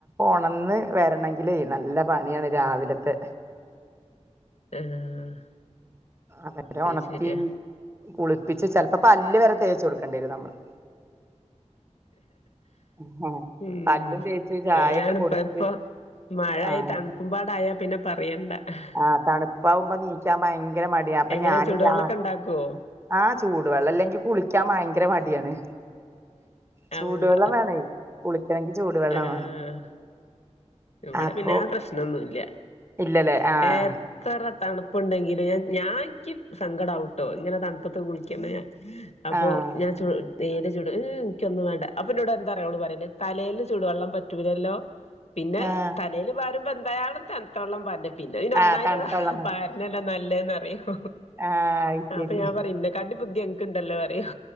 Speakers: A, on the right (about 20°); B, on the left (about 65°).
A: ഒണർന്ന് വരണെങ്കിലേ നല്ല പണിയാണ് രാവിലത്തെ
B: ആഹ്
A: അവരെ
B: അത്
A: ഒണർത്തി
B: ശെരിയാ
A: കുളിപ്പിച്ച് ചിലപ്പോ പല്ല് വരെ തേച്ച് കൊടുക്കേണ്ടി വരും നമ്മള് ഉം
B: ഉം
A: പല്ലും തേച്ച് ചായൊക്കെ
B: അതാണ്
A: കൊടുത്ത്
B: ഇപ്പ ഇപ്പൊ മഴായി
A: ആ
B: തണുപ്പുമ്പാടായാ
A: അതെ
B: പിന്നെ പറയണ്ട.
A: ആ തണുപ്പാവുമ്പോ നീക്കാൻ ഭയങ്കര ഭയങ്കര മടിയാ അപ്പൊ
B: എങ്ങനെ
A: ഞാാന്
B: ചൂടുവെള്ളൊക്കെ
A: രാ
B: ഉണ്ടാക്കുവോ
A: ആഹ് ചൂട് വെള്ളം ഇല്ലെങ്കി കുളിക്കാൻ ഭയങ്കര മടിയാണ് ചൂടുവെള്ളം
B: അള്ള
A: വേണേ കുളിക്കണെങ്കി ചൂടുവെള്ളം
B: ആഹ്
A: വേണം
B: ഇവിടെ
A: അപ്പൊ
B: പിന്നെ ആ പ്രശ്ണൊന്നും ഇല്ല
A: ഇല്ലല്ലേ ആഹ്
B: എത്ര തണുപ്പ തണ്ടുപ്പ്ണ്ടെങ്കില് ഞാൻ ഇൻക്ക് സങ്കടാവുട്ടോ ഇങ്ങനെ തണുപ്പത്ത് കുളിക്കുന്നേ അപ്പൊ
A: ആഹ്
B: ഞാൻ തീരെ ചുട് എനിക്കൊന്നും വേണ്ട അപ്പൊ ഇന്നോട് എന്താറിയോ ഓള് പറയല് തലേല് ചൂടുവെള്ളം പറ്റൂലല്ലോ പിന്നെ
A: ആഹ്
B: തലേല് പാരുമ്പോ എന്തായാലും തണ്ത്ത വെള്ളം പാരണ്ടെ പിന്നെ ഇന്
A: ആഹ്
B: ഒന്നായിട്ട്
A: തണുത്തള്ളം വേണം
B: പാര ര്ണല്ലേ നല്ലേന്ന് അറിയോ
A: ആഹ് അത് ശരി
B: അപ്പൊ ഞാൻ പറയും എന്നെ കാട്ടിംബുദ്ധി അൻക്ക് ഇണ്ടല്ലോ പറയും